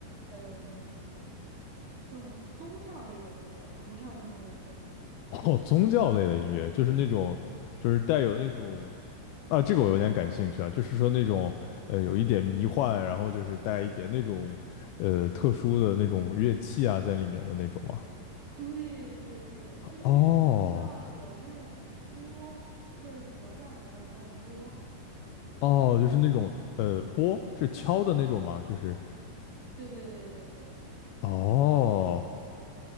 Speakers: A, on the right; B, on the left.
A: 嗯，这种宗教类的音乐，我不知道你会不会听。
B: 哦，宗教类的音乐，就是那种，就是带有那种啊，这个我有点感兴趣啊，就是说那种呃，有一点迷幻，然后就是带一点那种呃特殊的那种乐器啊在里面的那种嘛。
A: <laughs> 对对对，就是你知道有那种钵，
B: 哦
A: 就是佛教里边儿的那种钵。
B: 哦，就是那种呃拨是敲的那种吗？就是
A: 对对对对对，
B: 哦